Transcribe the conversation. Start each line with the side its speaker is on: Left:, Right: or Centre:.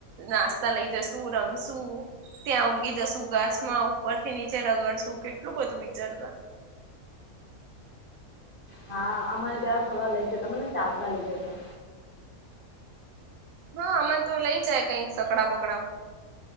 Right: નાસ્તા લઈ જસુ રમશુ ત્યાં ઊંઘી જશુ ઘાસમાં ઉપર થી ની ચે રગડ શું કેટલું બધું વિચારતા
Left: હા અમારે ત્યારે ફરવા લઈ જતા મને ચાલતા લઇ જતા.
Right: હા અમને તો લઈ જાય કઈક સકડા બકડામાં